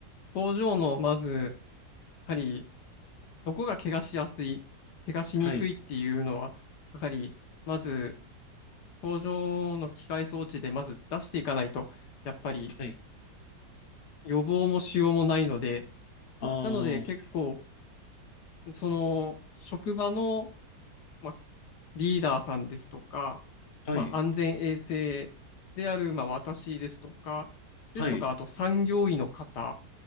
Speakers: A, on the left (about 75°); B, on the left (about 40°).
A: 工場の、まず、やはり、どこが怪我しやすい、怪我しにくいっていうのは、
B: はい、
A: やはり、まず、工場の機械装置でまず出していかないと、やっぱり
B: はい、
A: 予防もしようもないので、
B: ああ、
A: なので結構、その職場の、まあ、リーダーさんですとか、
B: はい、
A: まあ、安全衛生である、まあ、私ですとか、ですとか、
B: はい、
A: あと産業医の方